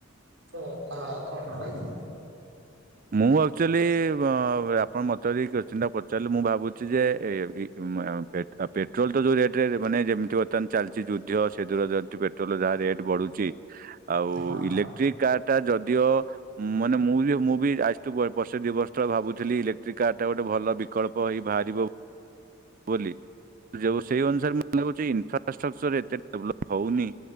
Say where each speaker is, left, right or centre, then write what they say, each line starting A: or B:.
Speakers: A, on the right (about 60°); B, on the right (about 40°).
A: ତ- ଆ କଣ ରହି
B: ମୁଁ ଆକ୍ଚୁଆଲି ବ ଆପଣ ମତେ ଯଦି କ୍ୱେଶ୍ଚିନ୍ ପଚାରିଲେ ମୁଁ ଭାବୁଛି ଯେ ଏ ବି ପେ ପେଟ୍ରୋଲ୍ ତ ଯୋଉଁ ରେଟରେ ମାନେ ଯେମିତି ବର୍ତ୍ତମାନ ଚାଲିଛି ଯୁଦ୍ଧ ସେ ଦୂରା ଯଦି ପେଟୋଲ ଯାହା ରେଟ୍ ବଢ଼ୁଛି ଆଉ
A: ହଁ
B: ଇଲେକ୍ଟ୍ରିକ
A: ହଁ।
B: କାର ଟା ଯଦିଓ ମାନେ ମୁଁ ବି ମୁଁ ବି ଆଜିଠୁ ବର୍ଷେ ଦୁଇ ବର୍ଷ ତଳେ ଭାବୁଥିଲି ଇଲେକ୍ଟ୍ରିକ୍ କାର୍ ଟା ଗୋଟେ ଭଲ ବିକଳ୍ପ ହେଇ ବାହାରିବ। ବୋଲି। ଯୋଉ ସେଇ ଅନୁସାରେ ମତେ ଲାଗୁଛି ଇନଫ୍ରାଷ୍ଟ୍ରକ୍ଚର ଏତେ ଡେଭଲପ୍ ହଉନି